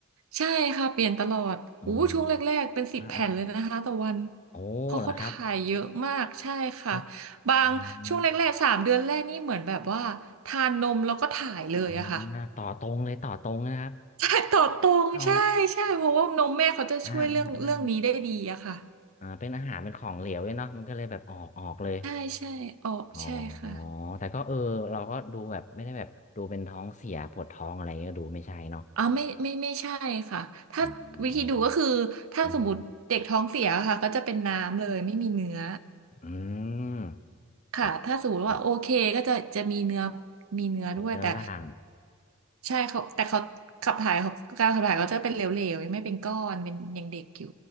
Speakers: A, on the right (about 75°); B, on the left (about 35°).
A: ใช่ค่ะเปลี่ยนตลอดอู้ช่วงแรกๆเป็นสิบแผ่นเลยนะคะต่อวัน
B: <laughs> อืมอ่าอาโอ้เหรอครับ
A: เพราะเขาถ่ายเยอะมากใช่ค่ะ
B: เขา
A: บางช่วงแรกๆสามเดือนแรกนี่เหมือนแบบว่าทานนมแล้วก็ถ่ายเลยอะค่ะ
B: อืมอ่าต่อตรงเลยต่อตรงนะครับ
A: ใช่ต่อตรง
B: เอา
A: ใช่ใช่เพราะว่านมแม่เขาจะช่วยเรื่องเรื่องนี้ได้ดีอะค่ะ
B: อ่าอ่าอ่าเป็นอาหารเป็นของเหลวเลยเนาะมันก็เลยแบบออกออกเลย
A: ใช่ใช่ออกใช่ค่ะ
B: อ๋อแต่ก็เออเราก็ดูแบบไม่ได้แบบดูเป็นท้องเสียปวดท้องอะไรก็ดูไม่ใช่เนาะ
A: อ๋อไม่ไม่ไม่ใช่ค่ะถ้าวิธีดูก็คือถ้าสมมติเด็กท้องเสียค่ะก็จะเป็นน้ำเลยไม่มีเนื้อ
B: อ๋ออ๋ออ่าอืม
A: ค่ะถ้าสมมติว่าโอเคก็จะจะมีเนื้อ
B: โอ้ครับ
A: มีเนื้อด้วยแต่
B: มีเนื้อบ้าง
A: ใช่เขาแต่เขาขับถ่ายเขาการขับถ่ายเขาจะเป็นเหลวๆยังไม่เป็นก้อนเป็นยังเด็กอยู่